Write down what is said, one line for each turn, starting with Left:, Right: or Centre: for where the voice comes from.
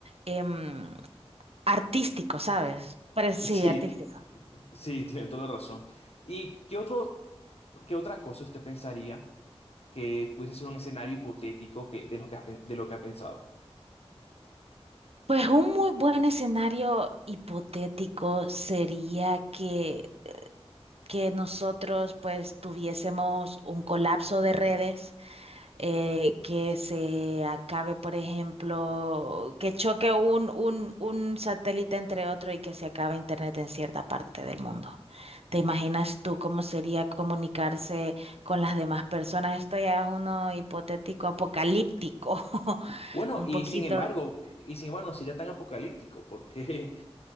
Right: em, artístico, ¿sabes? Pero sí,
Left: Sí,
Right: artístico.
Left: ti- sí, tiene toda la razón. ¿Y qué otro, qué otra cosa usted pensaría que pudiese ser un escenario hipotético que, de lo que ha, pe- de lo que ha pensado?
Right: Pues un muy buen escenario hipotético sería que, que nosotros pues tuviésemos un colapso de redes eh, que se acabe, por ejemplo, que choque un, un, un satélite entre otro y que se acabe Internet en cierta parte del mundo. ¿Te imaginas tú cómo sería comunicarse con las demás personas? Esto ya es uno hipotético apocalíptico, <laughs>
Left: Bueno,
Right: un
Left: y
Right: poquito.
Left: sin embargo, y sin embargo, no sería tan apocalíptico, porque